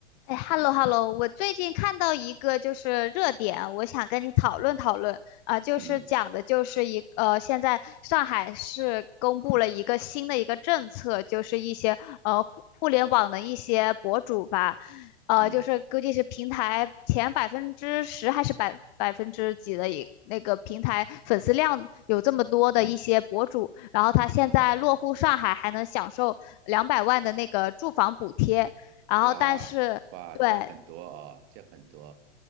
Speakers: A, on the left; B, on the right.
A: 哎，hello hello，我最近看到一个就是热点，我想跟你讨论讨论啊，就是讲的就是一呃，
B: 嗯
A: 现在上海市公布了一个新的一个政策，就是一些呃互互联网的一些博主吧，呃，
B: 嗯
A: 就是估计是平台前百分之十还是百百分之几的一那个平台粉丝量有这么多的一些博主，然后他现在落户上海还能享受两百万的那个住房补贴。
B: 嗯，
A: 然后但是对，
B: 哇哇，这很多哦，这很多，